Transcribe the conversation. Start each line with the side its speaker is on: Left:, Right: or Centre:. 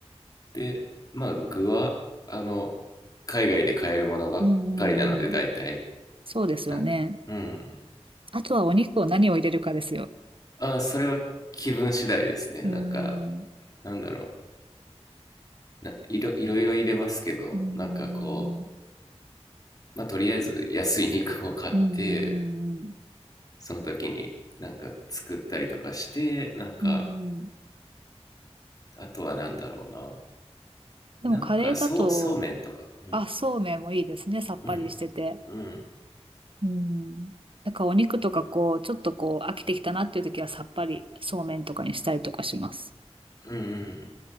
Left: で、まあ具は、あの、海外で買えるものばっかりなので、
Right: うんうんうん。
Left: 大体、
Right: そうですよね。
Left: なんうん。
Right: あとはお肉を何を入れるかですよ。
Left: ああ、それは気分次第ですね。
Right: うーん。
Left: なんか、
Right: う
Left: なんだろう。な、いろ、いろいろ入れますけど、
Right: ーん。
Left: なんかこう、まあとりあえず安い肉を買って、
Right: うんうんうん。
Left: その時になんか作ったりとかしてなんか
Right: うんうん
Left: あとはなんだろうな
Right: でもカレーだと、
Left: なんかそうそうめんとかうん
Right: あ、そうめんもいいですね。さっぱりしてて。
Left: うんうん
Right: うん。だからお肉とかこう、ちょっとこう、飽きてきたなっていう時はさっぱりそうめんとかにしたりとかします。
Left: うんうん